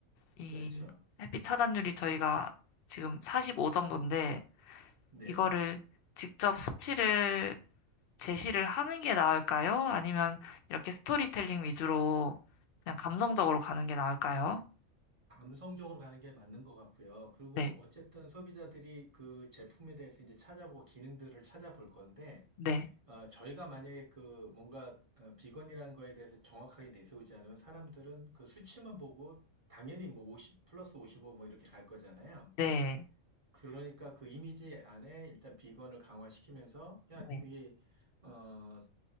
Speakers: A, on the left; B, on the right.
A: 이
B: 그렇죠.
A: 햇빛 차단율이 저희가 지금 45 정도인데
B: 네.
A: 이거를 직접 수치를 제시를 하는 게 나을까요? 아니면 이렇게 스토리텔링 위주로 그냥 감성적으로 가는 게 나을까요?
B: 감성적으로 가는 게 맞는 것 같고요. 그리고
A: 네,
B: 어쨌든 소비자들이 그 제품에 대해서 이제 찾아보고 기능들을 찾아볼 건데
A: 네,
B: 아, 저희가 만약에 그 뭔가 어, 비건이라는 거에 대해서 정확하게 내세우지 않으면 사람들은 그 수치만 보고 당연히 뭐 50 플러스 55 뭐 이렇게 갈 거잖아요.
A: 네,
B: 그러니까 그 이미지 안에 일단 비건을 강화시키면서 야,
A: 네,
B: 이게 어,